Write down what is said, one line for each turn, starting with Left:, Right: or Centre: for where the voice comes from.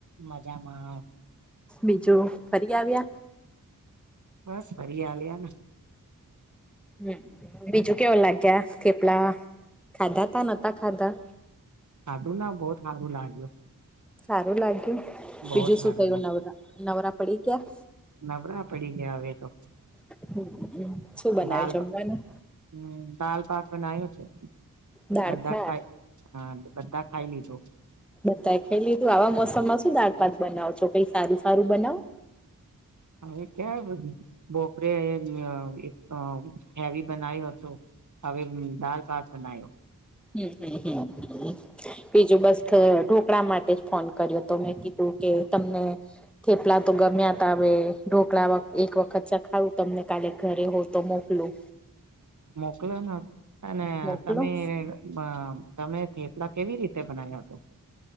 Right: મજામાં
Centre: બીજું ફરી આવ્યા?
Right: બસ ફરી હાલે આના
Centre: હ બીજું કેવું લાગ્યા કેપલા ખાધા તા નતા ખાધા
Right: ખાધુ ના બઉત હારું લાગ્યું.
Centre: સારું લાગ્યું.
Right: બહુત
Centre: બીજું
Right: સારું
Centre: શું થયું?
Right: લાગ
Centre: નવર નવરા પડી ક્યા?
Right: નવરા પડી ગયા હવે તો
Centre: <unintelligible>
Right: દાલ,
Centre: જમવાનું?
Right: હમ્મ દાલ પાત બનાયું છે,
Centre: દાળ
Right: બધા
Centre: ભાત
Right: ખાય. હા બધા ખાઈ લીધો.
Centre: બધા ખેલ તું આવા મોસમમાં શું દાળપાત બનાવો છો કઈ સારું સારું બનાવ.
Right: હવે ક્યાં બોપરેે અ અ હેવી બનાવ્યું હતું. હવે દાલ ભાત બનાયો.
Centre: <unintelligible> બીજું બસ ઢોકળા માટે જ ફોન કર્યો તો મેં કીધું કે તમને થેપલા તો ગમ્યા ભાવે ઢોકળા એક વખત ચખાડું તમને કાલે ઘરે હોવ તો મોકલું.
Right: મોકલો ના અને
Centre: મોકલું
Right: તમે અ તમે ફેપલા કેવી રીતે બનાવ્યા હત?